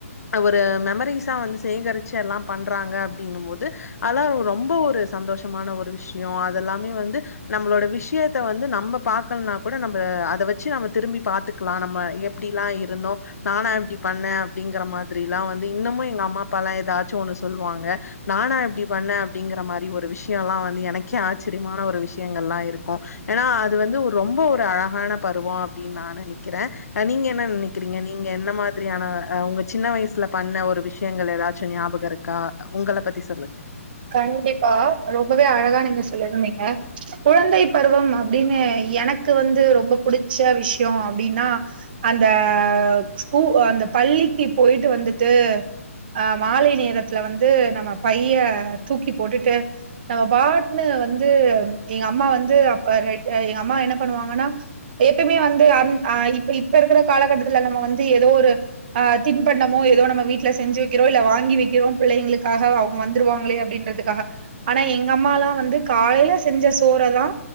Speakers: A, on the left; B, on the right.
A: ஒரு மெமரிஸா வந்து சேகரிச்சு எல்லாம் பண்றாங்க அப்டின்னும் போது அதல்லா ரொம்ப ஒரு சந்தோஷமான ஒரு விஷ்யோ அதெல்லாமே வந்து நம்மளோட விஷ் விஷ்யத்த வந்து நம்ப பாக்கலனா கூட நம்ம அத வச்சு நம்ப திரும்பி பாத்துக்கலா நம்ம எப்டிலா இருந்தோ நானா இப்டி பண்ணே அப்டிங்கிற மாதிரில்லா வந்து இன்னமு எங்க அம்மா அப்பா எல்லா எதாச்சு ஒண்ணு சொல்வாங்க நானா இப்டி பண்ணே அப்டிங்கிற மாரி ஒரு விஷ்யோலா வந்து எனக்கே ஆச்சிரியமான ஒரு விஷ்யங்கள்லா இருக் க்கு ஏன்னா அது வந்து ஒரு ரொம்ப ஒரு அழகான பருவோ அப்டின் நா நெனக்கிறே அ நீங்க என்ன நெனக் க்கிறீங்க நீங்க என்ன மாதிரியான அ உங்க சின்ன வயசுல பண்ண ஒரு விஷயங்கள் எதாச்சு ஞாபக இருக்கா அ உங்களப் பத்தி சொல்லுங்க
B: கண்டிப்பா ரொம்பவே அழகா நீங்க சொல்லியிருந்தீங்க குழந்தைப் பருவம் அப்டின்னு எனக்கு வந்து ரொம்ப புடிச்ச விஷ்யோ அப்டின்னா அந்த ஸ்கூ அந்த பள்ளிக்கு போயிட்டு வந்துட்டு அ மாலை நேரத்துல வந்து நம்ம பைய தூக்கி போட்டுட்டு நம்ம பாட்ன்னு வந்து எங்க அம்மா வந்து அப்ப எ எங்க அம்மா என்ன பண்ணுவாங்கன்னா எப்பையுமே வந்து அந் அ இப்ப இப்ப இருக்குற காலகட்டத்துல நம்ம வந்து எதோ ஒரு ஆ தின்பண்டமோ எதோ நம்ம வீட்ல செஞ்சு வக்கிறோ இல்ல வாங்கி வக்கிறோ புள்ளைங்களுக்காக அவுங்க வந்துருவாங்களே அப்டின் றதுக்காக ஆனா எங்க அம்மால்லா வந்து காலையில செஞ்ச சோறதா